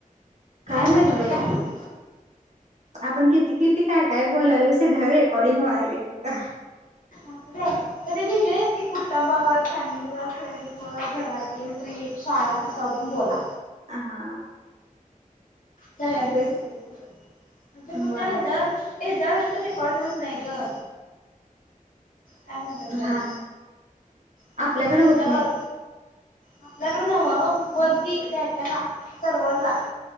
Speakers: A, on the right; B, on the left.
A: काय
B: आपण
A: मत बाई
B: काय
A: आपण किती किती काय काय बोलाल स घं रेकॉर्डिंग व्हायलाय तिथं
B: अस त्याने लिहिले की कुटुंबावर फॅमिली व फ्रेंड्स व घरातली ट्रीप शाळा कसा वाटून बोला
A: ह हा
B: त्याळ्यांतर
A: तेच
B: सिक्रेल स म्हणजे कुठे
A: बर
B: हच्या हजचा रेकॉर्ड राहत नाही ग काय म्हणतात
A: रान
B: चला म्हणजे
A: आपल्याकडे
B: हच्यावर
A: होत नाही
B: आपल्याकडून हवं वर्दी द्याटला सर्वरला